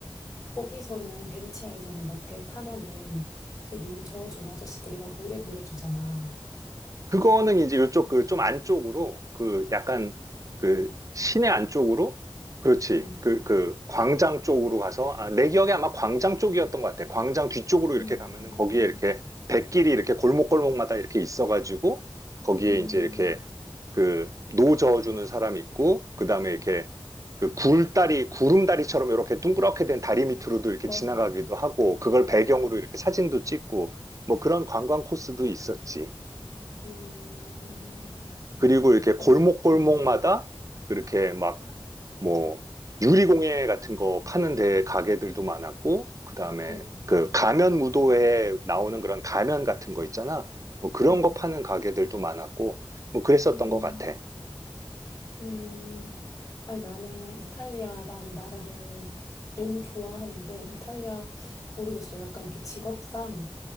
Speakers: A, on the left; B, on the right.
A: 거기서는, 베네치아에서는 막 배 타면은 그 노저준 아저씨들이 막 노래 불러주잖아.
B: 그거는 이제 요쪽 그 좀 안쪽으로 그 약간 그 시내 안쪽으로 그렇지
A: 음,
B: 그 그 광장 쪽으로 가서 아, 내 기억에 아마 광장 쪽이었던 것 같아. 광장 뒤쪽으로
A: 음,
B: 이렇게 가면은 거기에 이렇게 백길이 이렇게 골목골목마다 이렇게 있어가지고 거기에
A: 음,
B: 이제 이렇게 그 노 저어주는 사람 있고 그 다음에 이렇게 그 굴다리 구름다리처럼 이렇게 둥그렇게 된 다리 밑으로도 이렇게
A: 맞아,
B: 지나가기도
A: 맞아.
B: 하고 그걸 배경으로
A: 아,
B: 이렇게 사진도 찍고 뭐 그런 관광 코스도 있었지.
A: 음,
B: 그리고 이렇게 골목골목마다
A: 약간, 음,
B: 그렇게 막 뭐 유리공예 같은 거 파는 데 가게들도 많았고 그다음에
A: 우와,
B: 그 가면 무도회에 나오는 그런 가면 같은 거 있잖아. 뭐 그런
A: 음,
B: 거 파는 가게들도 많았고 뭐 그랬었던
A: 음,
B: 것 같아.
A: 음. 아니, 나는 이탈리아라는 나라를 너무 좋아하는데, 이탈리아, 모르겠어. 약간 이렇게 직업상